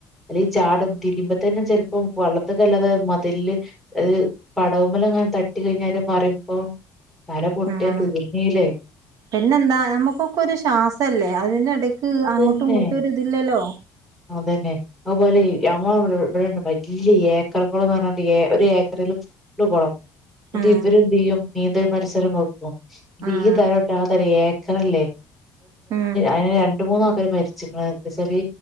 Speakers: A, in the centre; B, on the right (about 65°).
A: അല്ലെ ഈ ചാടും തിരിയുപത്തേന് ചിലപ്പം വളളത്തിലേക്ക് അല്ലാതെ മതിലില് അത് പടവുമേൽഅങ്ങനെ തട്ടി കഴിഞ്ഞാല് മറുമ്പോ തല പൊട്ടിയ
B: ആഹ്
A: തിർന്നില്ലേ
B: പിന്നെന്താ നമ്മുക്കൊക്കെ ഒരു ശ്വാസല്ലേ അതിനിടയ്ക്ക്
A: അത്
B: അങ്ങോട്ടും
A: തന്നെ
B: ഇങ്ങോട്ടും ഒരു ഇതില്ലല്ലോ.
A: അതന്നെ അതുപോലെ മ്മടെ ഇവിടെണ്ട് വലിയ ഏക്കർക്കളന്ന് പറഞ്ഞിട്ടണ്ട് ഏ ഒരു ഏക്കറില് ഉണ്ട് കുളം എന്നിട്
B: ആഹ്
A: ഇവര്ന്ത് ചെയ്യും നീന്തല് മത്സരം വയ്ക്കും,
B: ആഹ്
A: ഈ തര ഏക്കറ അല്ലേ
B: ആഹ്
A: <unintelligible> രണ്ട് മൂന്ന് ആൾക്കർ മരിച്ച്, എന്നു വെച്ചാല്